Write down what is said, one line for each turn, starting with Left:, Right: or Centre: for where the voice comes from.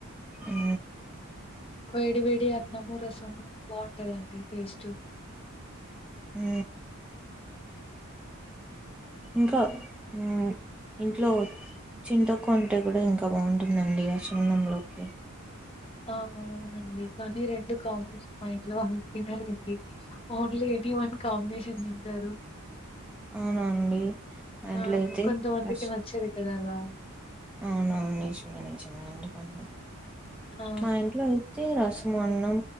Centre: ఉ
Left: వేడి వేడి అన్నము రసము బాగుంటదండి టేస్ట్
Centre: ఉ ఇంకా ఉ ఇంట్లో చింత్తోకు ఉంటే కూడా ఇంకా బాగుంటుందండి రసమన్నంలోకి
Left: ఆ అవునండి కానీ రెండు కామెడన్ <unintelligible> మైండ్ లో అళ తినారండి ఓన్లీ ఎని వన్ కాంబినేషన్ తింటారు
Centre: అవునా అండి మా ఇంట్లో
Left: ఆ
Centre: అయితే
Left: కొంతమందికి
Centre: రస్
Left: నచ్చదు కదా అలా
Centre: అవునవును నిజమే నిజమ అండి కొంత
Left: ఆ!
Centre: మా ఇంట్లో దే రసమన్నం